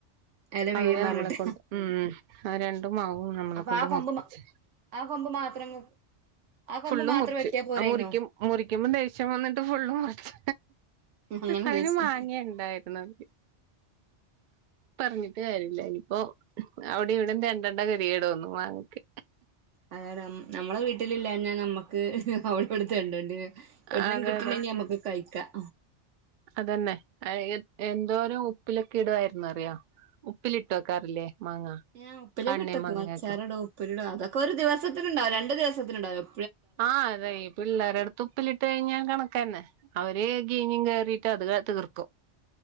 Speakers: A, on the right; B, on the right.
A: എല വീഴും
B: അവര് നമ്മളെ
A: പറഞ്ഞിട്ട്
B: കൊണ്ട് ഉം രണ്ടു മാവും നമ്മളെ
A: അപ്പൊ
B: കൊണ്ട്
A: ആ
B: മുറിപ്പിച്ച്
A: കൊമ്പ് ആ കൊമ്പ് മാത്രം ആ കൊമ്പ്
B: ഫുള്ള്
A: മാത്രം
B: മുറിച്ച്
A: വെട്ടിയാ പോരായിന്നോ
B: ആ മുറിക്കും മുറിക്കുമ്പോ ദേഷ്യം വന്നിട്ട് ഫുള്ള് മുറിച്ച്
A: അങ്ങനെ
B: അതിന്
A: ചോദിച്ചു
B: മാങ്ങി ഇണ്ടായിരുന്നു അതില് പറഞ്ഞിട്ട് കാര്യല്ല ഇനിയിപ്പോ അവിടെയും ഇവിടെയും തെണ്ടെണ്ട ഗതികേട് വന്നു മാങ്ങക്ക്
A: അതെ നമ്മളെ വീട്ടിലില്ലാഞ്ഞാ നമ്മുക്ക് അവടേം ഇവടേം തെണ്ടേണ്ടി വരും എവിടെന്നേലും
B: അതെ
A: കിട്ടുന്നുണ്ടെങ്കി
B: അതെ
A: നമ്മുക്ക് കഴിക്കാം
B: അതന്നെ എന്തോരം ഉപ്പിലൊക്കെ ഇടുവായിരുന്നൂ അറിയോ ഉപ്പിലിട്ടു വെക്കാറില്ലേ മാങ്ങ
A: ഞാ ഉപ്പിലോക്കെ
B: കണ്ണി
A: ഇട്ടെക്കും
B: മാങ്ങയൊക്കെ
A: അച്ചാറിടും ഉപ്പിലിടും അതൊക്കെ ഒരു ദിവസത്തിനുണ്ടാവും രണ്ട് ദിവസത്തിണ്ടാവും
B: ആ അതെ പിള്ളേരെടുത്ത് ഉപ്പിലിട്ട് കഴിഞ്ഞാ കണക്കന്നെ അവര് കീഞ്ഞും കേറിട്ടും അത് തീർക്കും